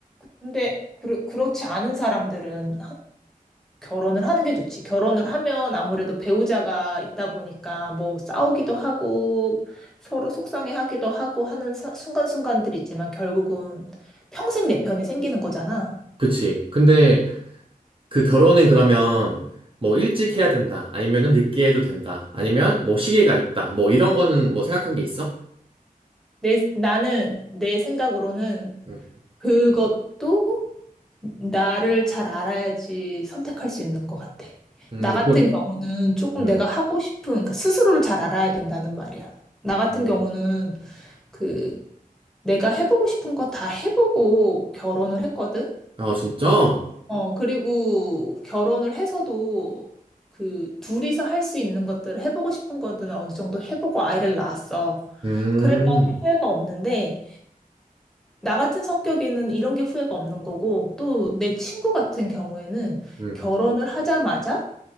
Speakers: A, in the centre; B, on the right (about 35°).
A: 근데 그, 그렇지 않은 사람들은 결혼을 하는 게 좋지. 결혼을 하면 아무래도 배우자가 있다 보니까 뭐 싸우기도 하고 서로 속상해하기도 하고 하는 사- 순간순간들이 있지만 결국은 평생 내 편이 생기는 거잖아.
B: 그치. 근데 그 결혼은 그러면 뭐 일찍 해야 된다, 아니면은 늦게 해도 된다, 아니면 뭐 시기가 있다, 뭐 이런 거는 뭐 생각한 게 있어?
A: 내, 나는 내 생각으로는
B: 음,
A: 그것도 나를 잘 알아야지 선택할 수 있는 것 같아.
B: 음,
A: 나 같은
B: 그럼,
A: 경우는 조금
B: 음,
A: 내가 하고 싶은, 그러니까 스스로를 잘 알아야 된다는 말이야. 나 같은
B: 음.
A: 경우는 그 내가 해보고 싶은 거 다 해보고 결혼을 했거든?
B: 아, 진짜?
A: 어, 그리고 결혼을 해서도 그 둘이서 할 수 있는 것들을 해보고 싶은 것들은 어느 정도 해보고 아이를 낳았어.
B: 음,
A: 그랬더니 후회가 없는데, 나 같은 성격에는 이런 게 후회가 없는 거고, 또 내 친구 같은 경우에는
B: 음.
A: 결혼을 하자마자